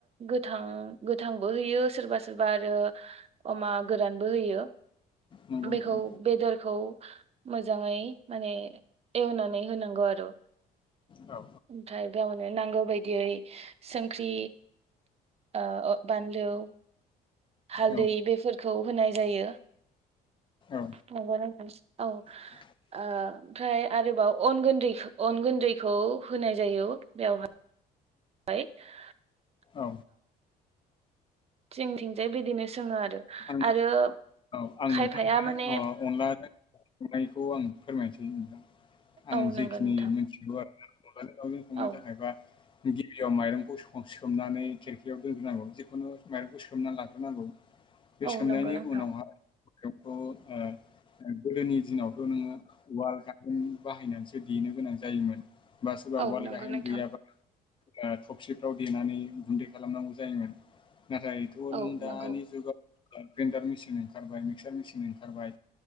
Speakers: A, on the right (about 40°); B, on the left (about 30°).
A: गोथां गोथांबो होयो सोरबा सोरबा आरो अमा गोरानबो होयो यो
B: नंगौ
A: बेखौ
B: नोंथां
A: बेदरखौ मोजाङै माने एवनानै होनांगौ आरो
B: औ
A: ओमफ्राय गावनो नांगौ बायदियै संख्रि ओ अ बानलौ हालदै
B: औ
A: बेफोर खौ होनाय जायो
B: औ
A: नंगो नोथां औ
B: <inaudible>
A: ओ ओमफ्राय आरोबाव अन गुन्दै अन गुन्दैखौ होनाय जायो बेवहाय <unintelligible>
B: औ
A: जोंथिंजाय बिदिनो संङो आरो
B: आं
A: आरो
B: औ आं
A: खायफाया
B: नोथांनो
A: माने
B: ओ अनलाजों संनायखौ आं फोरमायसै नोथां आं
A: औ
B: जिखिनि
A: नंगौ नोंथां
B: मोनथिगौ आरो ना अनला जों दाव संनो
A: औ
B: थाखाय बा गिबियाव माइरंखौ स सोमनानै खेरखायाव दोनग्रोनांगौ जिखुनु माइरंखौ सोमना लाग्रोनांगौ बे
A: औ
B: सोंनायनि
A: नंगौ नोंथां
B: उनावहाय गोदोनि दिनाथ' नोङो उवाल गा बाहायनानैसो देनो गोनां जायोमोन बा सोरबा
A: औ
B: उाल
A: नंगौ
B: गाहेन
A: नोंथां
B: गैयाबा टफसिफ्राव देनानै गुन्दै खालामनांगौ जायोमोन नाथायथ' नों
A: औ
B: दानि
A: नंगौ
B: जुगाव ग्रेन्डार मेसिन ओंखारबाय मिक्सार मेसिन ओंखारबाय